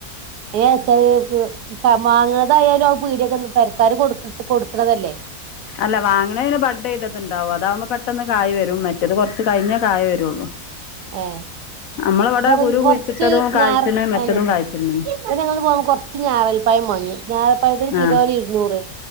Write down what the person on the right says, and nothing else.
എ വെച്ചായ് ക മാങ്ങ എന്തായാലും ആ പീടിയൊക്കെ പെരക്കാര് കൊടു കൊടുക്കണതല്ലേ
ഏ
അപ്പൊ
കൊറച്ച്
ഞാർ
അനെ
ഞങ്ങന്ന് പോകുമ്പ കൊറച്ച് ഞാവൽപ്പയം വങ്ങി ഞാവൽപ്പഴത്തിന് കിലോന്
ഇരുന്നൂറ്